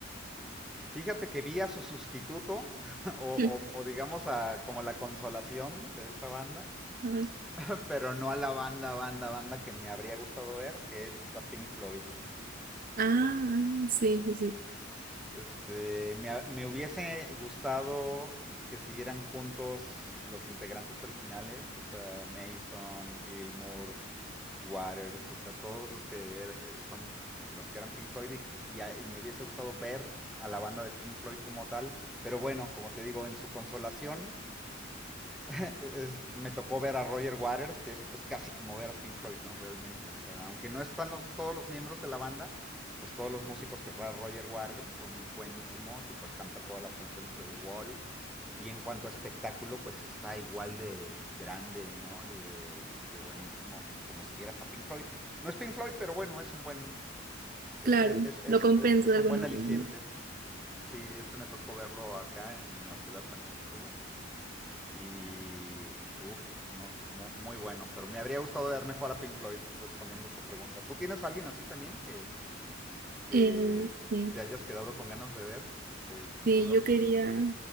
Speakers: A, in the centre; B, on the right.
A: Fíjate que vi a su sustituto, <laughs> o,
B: Sí.
A: o- o digamos a como la consolación de esa banda,
B: A ver.
A: <laughs> pero no a la banda, banda, banda que me habría gustado ver, que es a Pink Floyd, ¿no? Este,
B: Ah, sí, sí, sí.
A: este, me, ha- me hubiese gustado que siguieran juntos los integrantes originales, o sea, Mason, Gilmour, Waters, o sea, todos los que er- eh, son los que eran Pink Floyd y, y a- y me hubiese gustado ver a la banda de Pink Floyd como tal, pero bueno, como te digo, en su consolación <laughs> es- me tocó ver a Roger Waters, que es pues casi como ver a Pink Floyd, ¿no? Realmente, o sea, aunque no están los- todos los miembros de la banda, pues todos los músicos que trae Roger Waters son buenísimos y pues canta todas las canciones de The Wall y en cuanto a espectáculo, pues está igual de grande, ¿no? Y de, y de buenísimo, como si vieras a Pink Floyd. No es Pink Floyd, pero bueno, es un buen, es,
B: Claro,
A: es, es, es,
B: lo compensa
A: es es
B: de
A: un
B: alguna
A: buen aliciente.
B: manera.
A: Sí, ese me tocó verlo acá en la ciudad también estuvo. Y, uff, no, mu- muy, bueno. Pero me habría gustado ver mejor a Pink Floyd respondiendo a tu pregunta. ¿Tú tienes a alguien así también que, que
B: Eh, sí,
A: te hayas quedado con ganas de ver y que dudas
B: sí, yo quería,
A: mucho que lo veas?